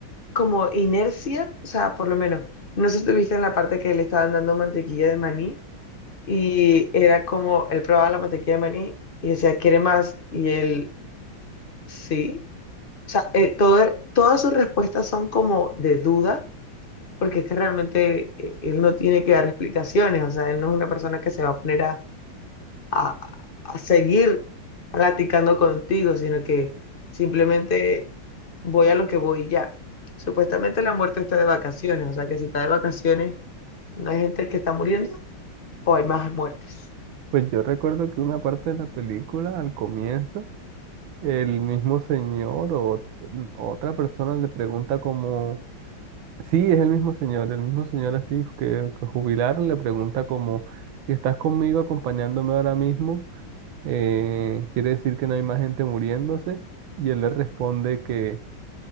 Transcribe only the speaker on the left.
como inercia, o sea, por lo menos, no sé si tuviste en la parte que le estaban dando mantequilla de maní Y era como, él probaba la mantequilla de maní y decía, ¿quiere más? Y él, sí. O sea, eh, todo, era- todas sus respuestas son como de duda, porque es que realmente eh, él no tiene que dar explicaciones, o sea, él no es una persona que se va a poner a, a, a seguir platicando contigo, sino que simplemente voy a lo que voy y ya. Supuestamente la muerte está de vacaciones, o sea, que si está de vacaciones, ¿no hay gente que está muriendo o hay más muertes?